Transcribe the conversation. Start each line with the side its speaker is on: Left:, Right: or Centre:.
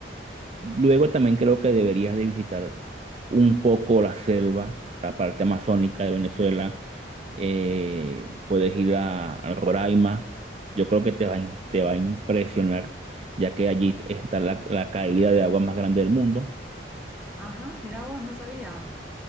Right: luego también creo que deberías de visitar un poco la selva, la parte amazónica de Venezuela. Eh, puedes ir a, a Roraima. Yo creo que te va, a in- te va a impresionar, ya que allí está la la caída de agua más grande del mundo.
Centre: Ajá, mirá vos, no sabía.